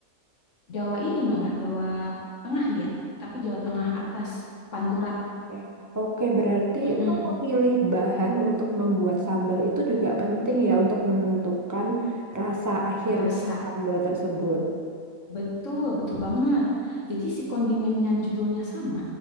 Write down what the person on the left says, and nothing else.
Jawa ini malah Jawa Tengah dia, tapi Jawa Tengah atas, Pantura.
Mm-mm,
rasa.
Betul, betul banget. Jadi si kondimennya judulnya sama,